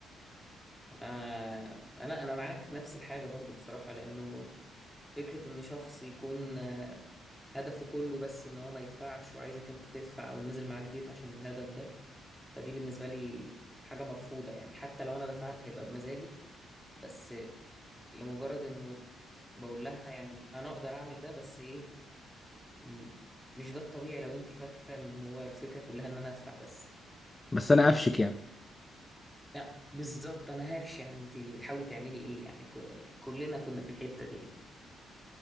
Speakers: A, in the centre; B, on the left (about 20°).
A: آه آه، لا انا معاك نفس الحاجه برضو بصراحه لانه فكره ان شخص يكون آه، هدفه كله بس ان هو ما يدفعش وعايزك انت تدفع او نزل معاك ديت عشان الهدف ده فدي بالنسبه لي حاجه مرفوضه يعني حتى لو انا دفعت هيبقى بمزاجي بس لمجرد انه بقول لها يعني انا اقدر اعمل ده بس ايه م- مش ده الطبيعي لو انت فاكره ان هو الفكره كلها ان انا ادفع بس
B: بس انا قفشك يعني
A: لا بالظبط انا هرش يعني انت بتحاولي تعملي ايه يعني ك- كلنا كنا في الحتة دي اكيد